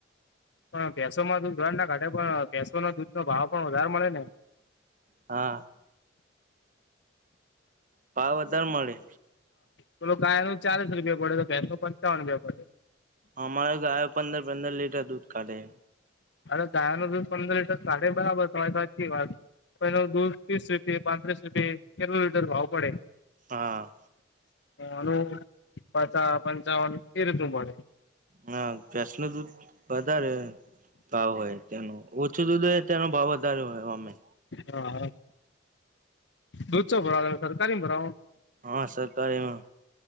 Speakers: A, on the left; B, on the right.
A: પણ ભેસોમાં દૂધ ઘર ના કાઢે પણ ભેસો નો દૂધ નો ભાવ પણ વધારે મળે ને.
B: હા. ભાવ વધારે મળે
A: પેલું ગાય નું ચાલીસ રૂપિયા પડે તો ભેસો નો પંચાવન રૂપિયા પડે.
B: અમારે ગાય પંદર પંદર લીટર દૂધ કાઢે.
A: અરે ગાય નો દૂધ પંદર લીટર કાઢે બરાબર તમારે સાચી વાત. પણ એનુ દૂધ ત્રીસ રૂપયે પાંત્રીસ રૂપિયે કેટલો લીટર ભાવ પડે.
B: હા.
A: અનું પચ પંચાવન કે રીતું પળે.
B: ના ભૈસ નુ દૂધ. વધારે ભાવ હોય તેનું ઓછું દૂધ હોય તેનો ભાવ વધારે હોય અમે.
A: હા હા. દૂધ ચો ભરાવ સરકારી ભરાવ.
B: હા સરકારીમાં